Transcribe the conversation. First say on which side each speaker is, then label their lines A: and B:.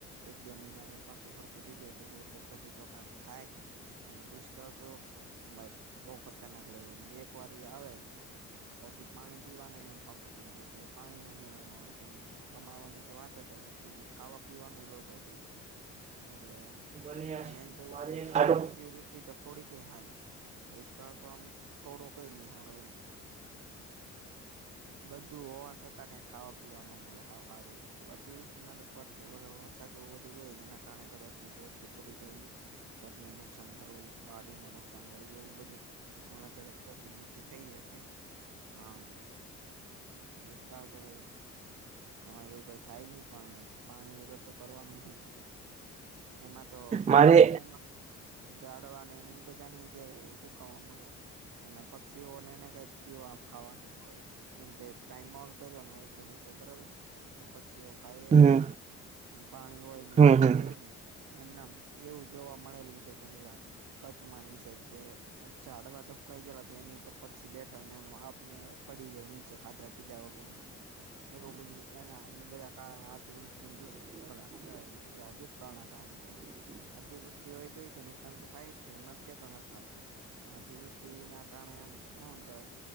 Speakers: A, on the right (about 85°); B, on the right (about 25°).
A: એક બે મહિના રને પાછું. પૂતી જાય બધું એટલે પછી તો કંક થાય અને દુષ્કાળ તો. ભાઈ બહુ ખતરનાક લેવલ એક વાર આવે. પછી પાણી પીવાના એમ ફાફાફડીય. પાણી નો મેળ નો હોય કઈ કમાવાની તો વાત જ અલગ થ ખાવા પીવાનો લોચો થઈ જાય. એટલે
B: મને
A: મેન તો એજ
B: મારે
A: છે કે
B: આટો
A: અતિવૃ તો થોડી કઈ હારી દુષ્કાળ તો આમ થોડો કઈ નહી હારો એમ. બધું હોવા. છતાં કંઈ ખાવા પીવા ન મળે હ સારું હોય અતિવૃષ્ટિમાં તો પરત વરસાદ બહુ બુ હોય એના કારણે કદાચ કઈક વસ્તુ પડી જવી ઘરને નુકસાન થવું વાડીમાં નુકસાન થયું એવું બધું અલગ અલગ પોસિબિલિટી થઈ હ કે પણ કરતો ભાઈ. એમાં એવું કઈ થાય નહી પણ પાણી વગર તો કરવાનું શું. એમાં તો
B: મારે
A: મૂગા જાડવાને બધા ની રીતે ફૂકવા મળે. અને પક્ષીઓનેને કઈ પીવા ખાવાનું મળે કેમકે કમોલ કર ન હોય ખેડૂતે બરાબર તો પક્ષીઓ ખાય
B: હમ
A: હું અને પાણી હોય નહી
B: હમ
A: તો પીવે
B: હમ
A: હું? એમના એવું જોવા મળેલું છે ઘણી વાર કચ્છમાંની સાઈડ જે અચ્છાડવા તોું કઈ ગે તો એની ઉપર પક્ષી બેઠો એમ આપ મેળ પડી જાય નીચે ખાધા પીધા વગર એવું બધું એના એ બધા કારણવ્યિને દુષ હ ક યાદુષ્કાળના કારણે થાય છે. અતિવૃષ્ટિ હોય તો એ નુકસાન તો થાય જ છે હું નથી જ ક્યા તો નથી જ થતું એમ. પણ અતિવૃષ્ટિ ના કારણે આમ કો તો